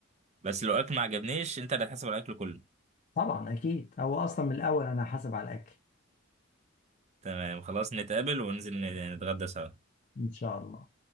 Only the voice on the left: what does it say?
طبعا اكيد هو اصلا من الاول انا حاسب على الاكل
ان شاء الله